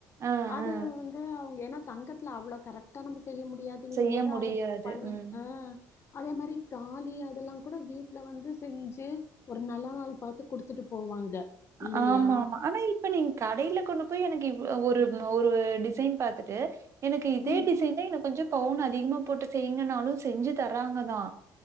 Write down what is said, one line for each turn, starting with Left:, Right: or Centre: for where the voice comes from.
Right: அ,
Left: அது
Right: அ.
Left: வந்து அவங்க என்னா தங்கத்துல அவ்ளோ கரெக்ட்டா நம்ப செய்ய முடியாதுங்கும்போது
Right: செய்ய முடியாது
Left: அத பண்ணி
Right: ம்
Left: ஆ அதே மாரி தாலி அதெல்லா கூட வீட்ல வந்து செஞ்சு ஒரு நல்ல நாள் பாத்து குடுத்துட்டு போவாங்க இல்லையா?
Right: ஆமா ஆமா ஆனா இப்ப நீங்க கடையில கொண்டு போய் எனக்கு ஒரு ஒரு டிசைன் பாத்துட்டு எனக்கு இதே
Left: ம்
Right: டிசைன்ல இன்னு கொஞ்சோ பவுன் அதிகமா போட்டு செய்ங்கனாலு செஞ்சு தராங்கதா